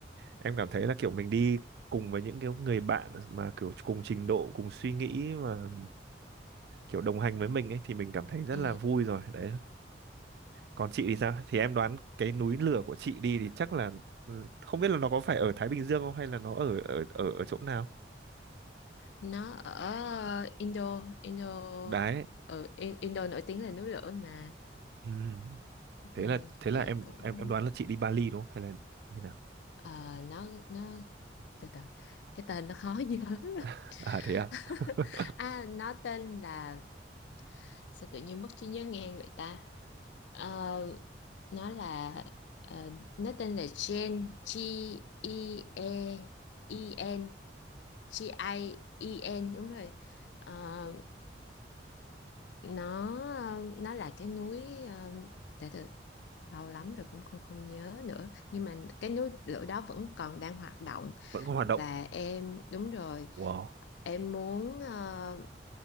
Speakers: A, on the right; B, on the left.
A: em cảm thấy là kiểu mình đi cùng với những cái người bạn mà kiểu cùng trình độ cùng suy nghĩ mà kiểu đồng hành với mình ấy thì mình cảm thấy rất
B: ừ.
A: là vui rồi đấy còn chị thì sao thì em đoán cái núi lửa của chị đi thì chắc là ừ, không biết là nó có phải ở Thái Bình Dương không hay là nó ở ở ở ở chỗ nào
B: Nó ở Indo, Indo,
A: đấy
B: ừ, In- Indo nổi tiếng là núi lửa mà.
A: ừ. thế
B: Ừ,
A: là thế
B: thì
A: là em
B: cũng
A: em em đoán là chị đi Bali đúng không hay là như nào
B: ờ, nó nó từ từ cái tên nó khó <laughs> nhớ. lắm.
A: <laughs> à thế à
B: <laughs>
A: <laughs>
B: À nó tên là sao tự nhiên mất trí nhớ ngang vậy ta Ờ, nó là ờ, nó tên là Gen G E E E N G I E N đúng rồi Ờ, nó nó là cái núi ờ, từ từ lâu lắm rồi cũng không không nhớ nữa nhưng mà cái núi lửa đó vẫn còn đang hoạt động
A: vẫn còn hoạt
B: và
A: động
B: em đúng rồi
A: wow
B: em muốn ờ,